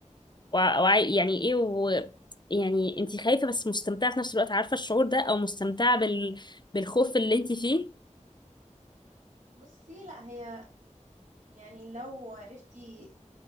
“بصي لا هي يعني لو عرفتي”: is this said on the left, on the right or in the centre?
Right